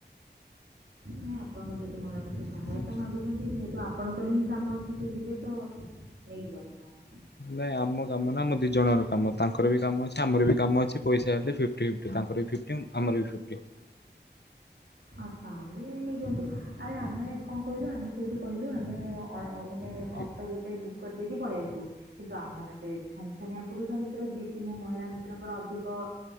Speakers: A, on the right (about 75°); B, on the left (about 70°).
A: ନାଇଁ ଆପଣଙ୍କର ଯଦି ମନ ଭିତ ସହାୟତା
B: ଡିପେଣ୍ଡ।
A: ମାଗୁଛନ୍ତି ଯେହେତୁ ଆପଣଙ୍କ ଙ୍କର ହିଁ କାମ ଅଛି ସେ ଯିବେ ତ ନେଇଯିବା କଥା ଆପଣ
B: ନାଇଁ ଆମ କାମ ନା ଆମ ଦି ଜଣଙ୍କର କାମ ତାଙ୍କର ବି କାମ ଅଛି ଆମର ବି କାମ ଅଛି ପଇସା ହେଲେ ଫଫଟି ଫ୍ ତାଙ୍କର ବି ଫିଫ୍ଟି ଆମର ବି ଫିଫ୍ଟି
A: ହଁ ତାହେଲେ ନେଇଯାନ୍ତୁ ଆରେ ଆମେ କଣ କହିଲୁ ଆମେ ସେଇଠି କହିଲୁ ଆମେ ଆଉ ମାନେ
B: ଠିକ୍
A: ଅଟୋ ଗୋଟେ ବୁକ୍ କରିଦେଇକି ପଳେଇ ଆସିବୁ କିନ୍ତୁ ଆମର ସେ ଛନଛନିଆ ପୁରୁଷ ମିତ୍ର ଯିଏକି ମଁ ମହିଳା ମିତ୍ରଙ୍କର ଅଧିକ